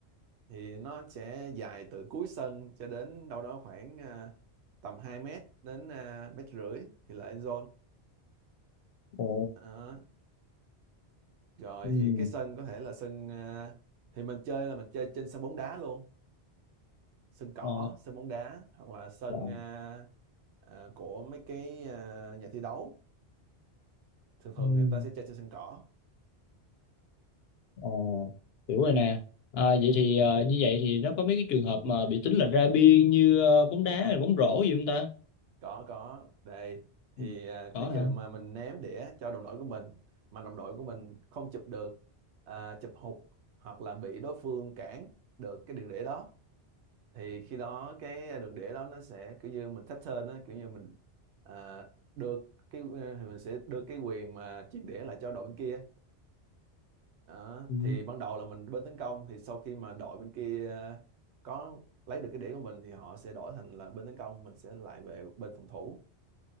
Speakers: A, on the right; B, on the left.
A: thì nó sẽ dài từ cuối sân cho đến đâu đó khoảng ờ, tầm 2 mét đến ờ, mét rưỡi thì là end
B: ồ
A: zone rồi
B: ừ.
A: thì cái sân có thể là sân ờ, thì mình chơi là mình chơi trên sân bóng đá luôn sân cỏ
B: Ờ,
A: sân bóng đá hoặc là sân
B: vâng
A: ờ, ờ, của mấy cái ờ, nhà thi đấu thường thường
B: Ừm,
A: người ta sẽ chơi trên sân cỏ
B: ờ, hiểu rồi nè. À,
A: ừ,
B: vậy thì ờ, như vậy thì nó có mấy cái trường hợp mà bị tính là ra biên như ờ, bóng đá hay bóng rổ gì không ta?
A: có có đây thì
B: Ừ.
A: ờ,
B: Có
A: nếu như
B: hả?
A: mà mình ném đĩa cho đồng đội của mình mà đồng đội của mình không chụp được ờ, chụp hụt hoặc là bị đối phương cản được cái đường đĩa đó thì khi đó cái đường đĩa đó nó sẽ kiểu như mình pattern á kiểu như mình à, đưa cái ờ, thì mình sẽ đưa cái quyền mà chuyển đĩa lại cho đội bên kia Đó.
B: Ừ.
A: thì ban đầu là mình bên tấn công thì sau khi mà đội bên kia à, có lấy được cái đĩa của mình thì họ sẽ đổi thành là bên tấn công mình sẽ lại về bên phòng thủ